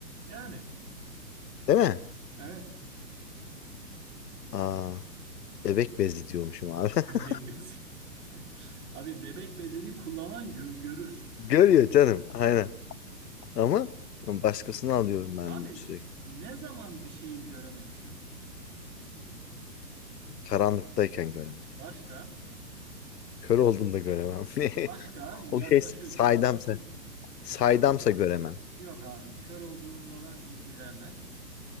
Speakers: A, on the right; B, on the left.
A: Yani
B: Değil mi?
A: evet.
B: Aa. Bebek bezi diyormuşum abi. <laughs>
A: Bebek bezi. <laughs> Abi bebek bezini kullanan gö- görür.
B: Görüyor canım. Aynen. Ama başkasını alıyorum ben
A: Abi
B: sürekli.
A: ne zaman bir şeyi göremezsin?
B: Karanlıktayken göremem.
A: Başka?
B: Kör olduğumda göremem. <laughs>
A: Başka yaklaşıyorsun.
B: O şey saydamsa, saydamsa göremem.
A: Yok abi kör olduğundan il- ilerle.